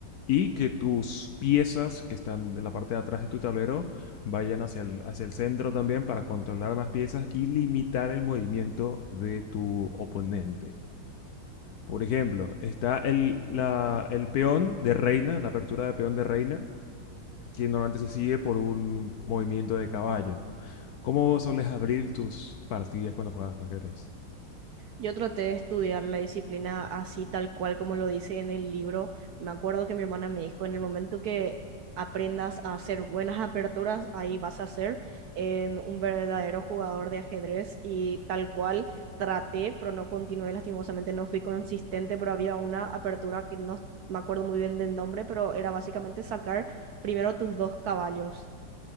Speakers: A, on the left; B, on the right.
A: y que tus piezas que están en la parte de atrás de tu tablero vayan hacia el, hacia el centro también para controlar más piezas y limitar el movimiento de tu oponente. Por ejemplo, está el, la- el peón de reina, la apertura de peón de reina, que normalmente se sigue por un movimiento de caballo. ¿Cómo sueles abrir tus partidas cuando juegas ajedrez?
B: Yo traté de estudiar la disciplina así tal cual como lo dice en el libro. Me acuerdo que mi hermana me dijo, en el momento que aprendas a hacer buenas aperturas, ahí vas a ser en un verdadero jugador de ajedrez y tal cual traté, pero no continué, lastimosamente no fui consistente, pero había una apertura que no me acuerdo muy bien del nombre, pero era básicamente sacar primero tus dos caballos